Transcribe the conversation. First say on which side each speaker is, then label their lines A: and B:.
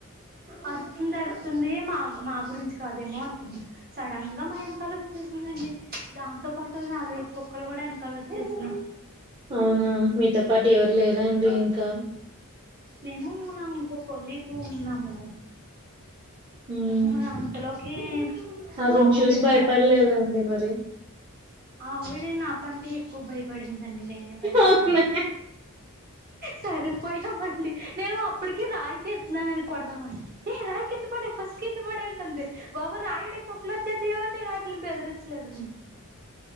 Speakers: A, on the right; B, on the right.
A: ఆర్తుంది అర్తుంది మా మా గురించి కాదేమో అనుకున్నా సడన్ గా మా వెనకాల వచ్చేసిందండి దాంతో పాటు నలగైదు కుక్కలు కూడా వెనకాల వచ్చేసి
B: అవునా మీతో పాటు ఎవరు లేరా అండి ఇంకా
A: నేను నా ఇంకో కొలీకు ఉన్నాము
B: మ్మ్
A: మరి అంతలోకి
B: ఆవిని
A: ఆపోజిట్
B: చూసి భయపడలేదండి
A: సైడ్
B: మరి
A: ఆవిడా నా కంటే ఎక్కువ బయ పడిందండి నేనే భయపడుతున్నా
B: అవునా
A: సరిపోయామండి నేను అప్పుడు కి రాయ్ తీస్తున్నామని కొడదామని ఏ రాయి కింద పాడేయ్ ఫస్ట్ కింద పడేయ్ అంటుంది బాబోయ్ రాయుడే కుక్కలు వచ్చే ఎవరిని వాటిని బెదిరించలేదు